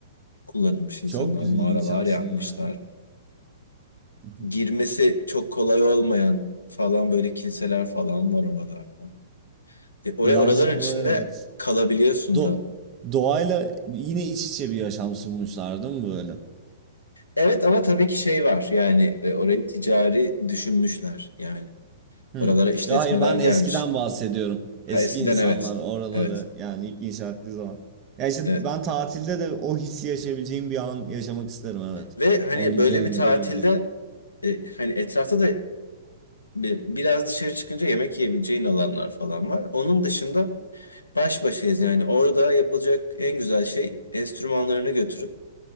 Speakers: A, on the left (about 85°); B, on the right (about 30°).
A: kullanılmış insanlar
B: Çok ilginç
A: mağaralar
B: aslında
A: yapmışlar.
B: ya. <laughs>
A: Girmesi çok kolay olmayan falan böyle kiliseler falan var oralarda. E, or
B: Birazcık
A: oraların
B: böyle
A: içinde
B: evet.
A: kalabiliyorsun
B: Do
A: da.
B: doğayla yine iç içe bir yaşam sunmuşlar değil mi böyle?
A: Evet ama tabii ki şey var yani e, orayı ticari düşünmüşler yani
B: Hı.
A: oralara işletmeler
B: Ya hayır ben
A: gelmiş.
B: eskiden bahsediyorum. Eski
A: Ha eskiden
B: insanlar
A: evet
B: oraları
A: evet
B: yani ilk inşa ettiği zaman. Ya işte
A: evet
B: ben tatilde de o hissi yaşayabileceğim bir an yaşamak isterim evet.
A: ve hani
B: Onu
A: böyle
B: deneyimi
A: bir tatilde
B: görebileceğim.
A: e, hani etrafta da bi- biraz dışarı çıkınca yemek yiyebileceğin alanlar falan var. Onun dışında baş başayız yani orada yapılacak en güzel şey enstrümanlarını götürüp